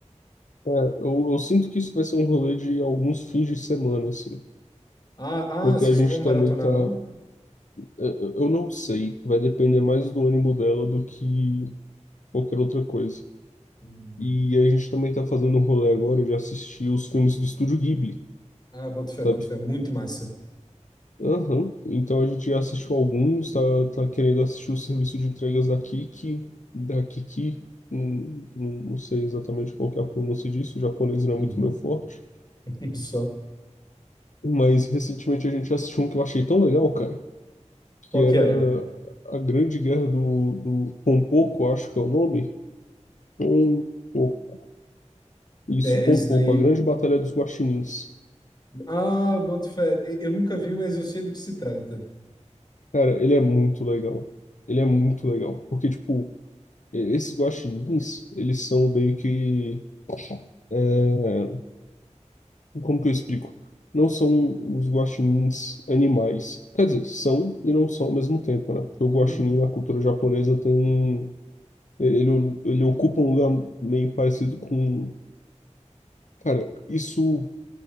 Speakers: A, on the left; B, on the left.
A: É, eu, eu sinto que isso vai ser um rolê de alguns fins de semana, assim.
B: Ah,
A: Porque
B: ah, vocês
A: a gente
B: não vão maratonar,
A: também tá.
B: não?
A: Eu eu não sei, vai depender mais do ânimo dela do que qualquer outra coisa.
B: Hum.
A: E a gente também tá fazendo um rolê agora de assistir os filmes do Estúdio Ghibli,
B: Ah, boto fé,
A: sabe?
B: boto fé. Muito massa.
A: Aham. Então a gente já assistiu alguns, tá, tá querendo assistir o serviço de entregas da Kiki, da Kiki. Hum, hum, Não sei exatamente qual que é a pronúncia disso, o japonês não
B: Uhum.
A: é muito meu forte.
B: <laughs> Só.
A: Mas recentemente a gente assistiu um que eu achei tão legal, cara. que
B: Qual
A: era
B: que era?
A: a Grande Guerra do, do Pompoco, acho que é o nome. Pompoco. Isso,
B: É,
A: Pompoco,
B: esse daí.
A: a Grande Batalha dos Guaxinins.
B: Ah, boto fé. E- Eu nunca vi, mas eu sei do que se trata.
A: Cara, ele é muito legal. Ele é muito legal. Porque, tipo, e- esses guaxinins, eles são meio que. é, como que eu explico? Não são os guaxinins animais. Quer dizer, são e não são ao mesmo tempo, né? Porque o
B: Uhum.
A: guaxinim na cultura japonesa tem. Ele, ele ocupa um lugar meio parecido com. Cara, isso